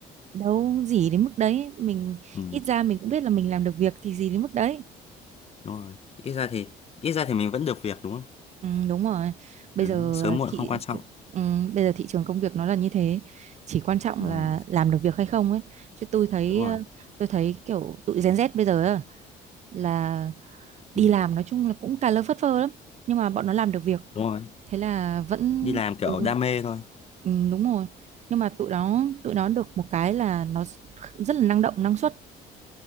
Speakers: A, on the right; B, on the left.
A: đâu gì đến mức đấy mình
B: Ừ.
A: ít ra mình cũng biết là mình làm được việc thì gì đến mức đấy
B: Đúng rồi. Ít ra thì ít ra thì mình vẫn được việc đúng không?
A: ừ, đúng rồi bây
B: Đấy,
A: giờ
B: sớm muộn
A: thị
B: không quan trọng.
A: ừ, bây giờ thị trường công việc nó là như thế chỉ quan trọng
B: Ừ.
A: là làm được việc hay không ấy chứ tôi thấy
B: Đúng rồi.
A: ờ, tôi thấy kiểu tụi Gen Z bây giờ á, là đi
B: Ừ.
A: làm nói chung là cũng cà lơ phất phơ lắm nhưng mà bọn nó làm được việc
B: Đúng rồi.
A: thế là vẫn
B: Đi làm kiểu
A: ừ,
B: đam mê thôi.
A: ừ, đúng rồi nhưng mà tụi nó tụi nó được một cái là nó rất là năng động năng suất